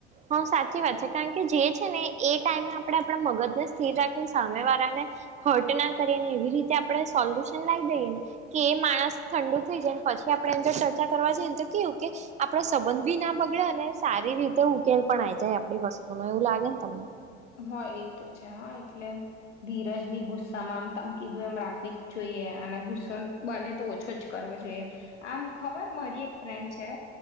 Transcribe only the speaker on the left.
હ, એ તો છે. હ, એટલે ધીરજ બી ગુસ્સામાં આમ તમ કીધું એમ રાખવી જ જોઈએ અને ગુસ્સો બને તો ઓછો જ કરવો જોઈએ. આમ ખબર મારી એક ફ્રેન્ડ છે.